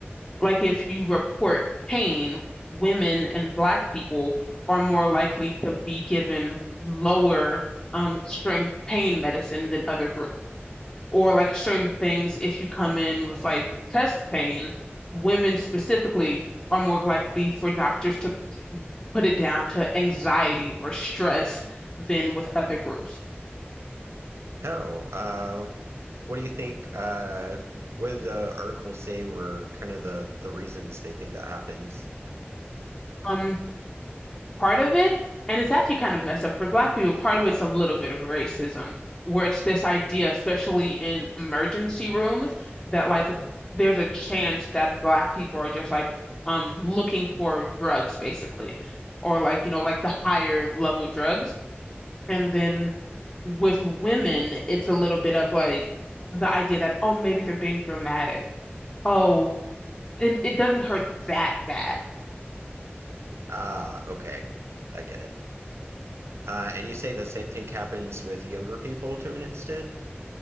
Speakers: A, on the left (about 20°); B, on the right (about 85°).
A: like if you report pain, women and black people are more likely to be given lower um, strength pain medicine than other groups. Or like certain things, if you come in with like chest pain, women specifically are more likely for doctors to put it down to anxiety or stress than with other groups.
B: Oh, uh, what do you think? Uh, what did the article say were kind of the the reasons they think that happens?
A: Um, part of it, and it's actually kind of messed up for Black people, part of it's a little bit of racism, where it's this idea, especially in emergency rooms, that like there's a chance that Black people are just like um looking for drugs basically, or like you know like the higher level drugs, and then with women, it's a little bit of like the idea that oh maybe they're being dramatic, oh and it doesn't hurt that bad.
B: Ah, okay, I get it. Uh, and you say the same thing happens with younger people to an extent?